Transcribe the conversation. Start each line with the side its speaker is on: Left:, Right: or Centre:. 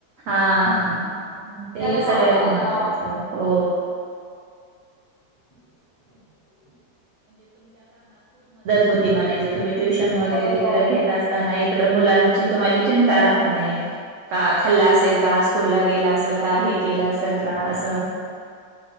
Right: हा हा ह ह ते
Left: त्याला
Right: सगळ्यात
Left: खाऊ घालणं
Right: महत्वाचं हो.
Left: <inaudible>
Right: हो ते म्हणायचं तुम्ही ट्युशन वगैरे
Left: हो.
Right: तिकड घेत असताना, इकड मुलांची तुम्हा चि रात नाही का खाल्लं असेल का स्कूला गेला असल का हे केलं असेल का असं.